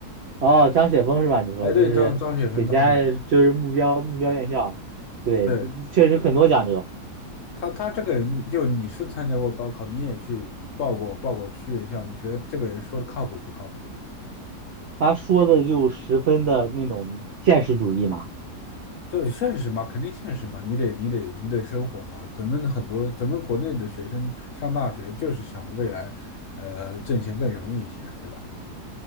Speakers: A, on the right; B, on the left.
A: 哦，张雪峰是吧？你说就是给家人就是目标目标院校，
B: 哎，对，张张雪芬，张雪芬，
A: 对，
B: 对
A: 确实很多讲究。
B: 他，他这个人，就你是参加过高考，你也去报过报过去院校，你觉得这个人说的靠谱不靠谱？
A: 他说的就十分的那种现实主义嘛。
B: 对，现实嘛，肯定现实嘛，你得你得你得生活嘛。咱们很多咱们国内的学生上大学就是想未来，呃，挣钱更容易一些，对吧？